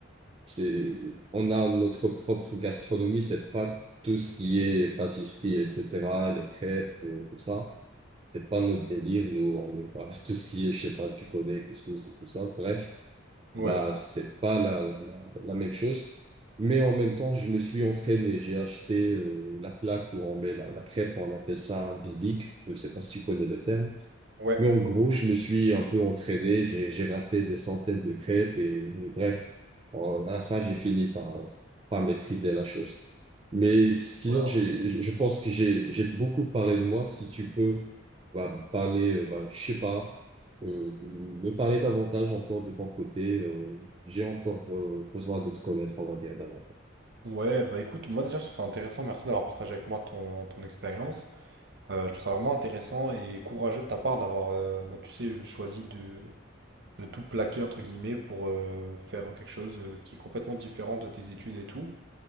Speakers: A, on the right; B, on the right.
A: C'est, on a notre propre gastronomie, c'est pas tout ce qui est pâtisserie, etc., les crêpes, euh, tout ça. C'est pas notre délire, nous, on est pas, <laughs> tout ce qui est, je sais pas, tu connais, couscous et tout ça. Bref,
B: ouais,
A: bah, c'est pas la, la, la même chose. Mais en même temps, je me suis entraîné. J'ai acheté, euh, la plaque où on met la, la crêpe, on appelle ça un bilic. Je sais pas si tu connais le terme.
B: ouais.
A: Mais en gros, je me suis un peu entraîné, j'ai j'ai raté des centaines de crêpes et et bref, en- à la fin, j'ai fini par par maîtriser la chose. Mais sinon,
B: Ouais,
A: j'ai je je pense que j'ai j'ai beaucoup parlé de moi. Si tu peux bah, parler, euh, bah, je sais pas, euh, me parler davantage encore de ton côté. euh, j'ai encore euh, besoin de te connaître, on va dire davantage.
B: Ouais, bah écoute, moi déjà je trouve ça intéressant. Merci d'avoir partagé avec moi ton, ton expérience. Euh, je trouve ça vraiment intéressant et courageux de ta part d'avoir, euh, bah, tu sais, choisi de, de tout plaquer entre guillemets pour euh, faire quelque chose euh, qui est complètement différent de tes études et tout.